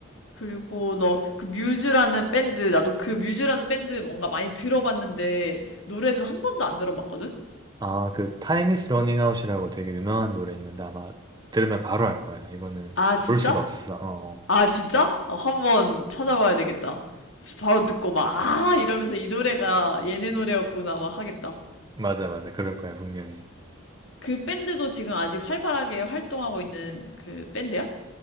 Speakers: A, on the left (about 65°); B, on the right (about 20°).
A: 그리고 너 그 뮤즈라는 밴드 나도 그 뮤즈라는 밴드 뭔가 많이 들어봤는데 노래는 한 번도 안 들어봤거든?
B: 아, 그 Time is running out이라고 되게 유명한 노래 있는데 아마 들으면 바로 알 거야. 이거는
A: 아 진짜?
B: 모를 수가 없어. 어, 어.
A: 아 진짜? 어, 한번 찾아봐야 되겠다. 바로 듣고 막 아 이러면서 이 노래가 얘네 노래였구나 막 하겠다.
B: 맞아, 맞아. 그럴 거야, 분명히.
A: 그 밴드도 지금 아직 활발하게 활동하고 있는 그 밴드야?